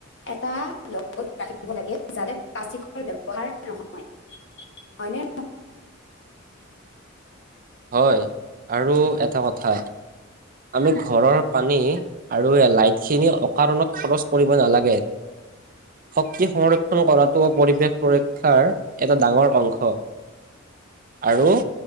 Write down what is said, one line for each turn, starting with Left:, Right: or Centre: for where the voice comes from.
Left: এটা লগত ৰাখিব লাগে যাতে, প্লাষ্টিকৰ ব্যবহাৰ নহয়, হয় নে?
Right: হয়, আৰু এটা কথা। আমি ঘৰৰ পানী আৰু লাইট খিনি অকাৰণত খৰচ কৰিব নালাগে। শক্তি সংৰক্ষণ কৰাটো পৰিৱেশ সুৰক্ষাৰ এটা ডাঙৰ অংশ। আৰু